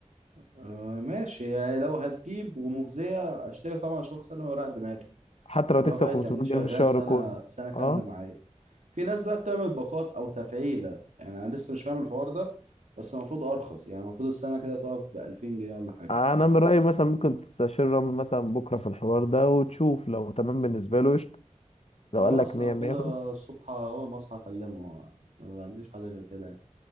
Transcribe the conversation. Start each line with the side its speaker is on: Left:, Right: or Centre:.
Right: آه ماشي يعني لو هتجيب ومجزية اشتري طبعا شخص سنة وراح دماغي
Left: حتى لو
Right: اللي
Left: تكسب
Right: هو بقى
Left: 500
Right: يتني شغال
Left: جنيه في الشهر
Right: سنة
Left: كله
Right: سنة كاملة
Left: اه
Right: معايا في ناس بقى بتعمل باقات أو تفعيلة يعني أنا لسه مش فاهم الحوار ده بس المفروض أرخص يعني المفروض السنة كده تقف بألفين جنيه ولا حاجة
Left: انا من رايي مثلا ممكن تستشير رامي مثلا بكره في الحوار ده وتشوف لو تمام بالنسبه له قشطه لو
Right: خلاص
Left: قال لك 100
Right: لو كده
Left: 100 خلاص
Right: الصبح أول ما أصحى أكلمه ما عنديش حاجة غير كده